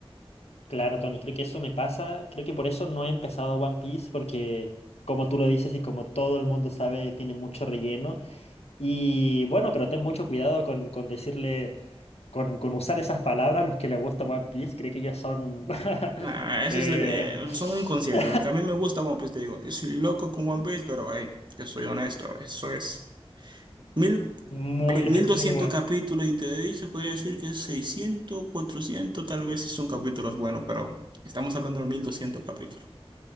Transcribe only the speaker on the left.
Claro, Tony, creo que eso me pasa. Creo que por eso no he empezado One Piece, porque como tú lo dices y como todo el mundo sabe, tiene mucho relleno. Y bueno, pero ten mucho cuidado con, con decirle, con, con usar esas palabras a los que les gusta One Piece. Creo que ellos son... <laughs>
eh,
<laughs>
Muy,
<laughs>
muy bueno.